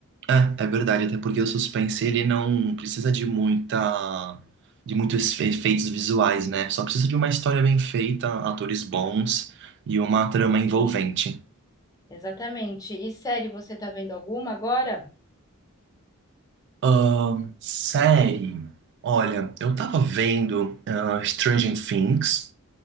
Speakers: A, on the right; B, on the left.
A: É, é verdade, até porque o suspense ele não precisa de muita de muitos efe- efeitos visuais, né? Só precisa de uma história bem feita, atores bons e uma trama envolvente.
B: Sim. Exatamente. E série, você tá vendo alguma agora?
A: Ahn, série. Olha, eu tava vendo ah, Stranger Things.